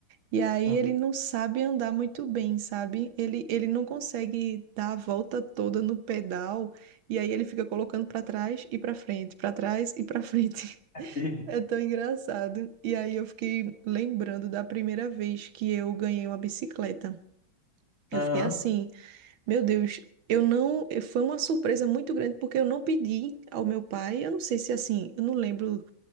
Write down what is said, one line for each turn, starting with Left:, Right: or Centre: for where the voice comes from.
Right: E aí
Left: hum.
Right: ele não sabe andar muito bem, sabe? Ele, ele não consegue dar a volta toda no pedal e aí ele fica colocando pra trás e pra frente, pra trás e pra frente. <laughs>
Left: E-
Right: É tão engraçado. E aí eu fiquei lembrando da primeira vez que eu ganhei uma bicicleta. Eu
Left: Aham.
Right: fiquei assim, Meu Deus, eu não. eh, Foi uma surpresa muito grande, porque eu não pedi ao meu pai. Eu não sei se assim, eu não lembro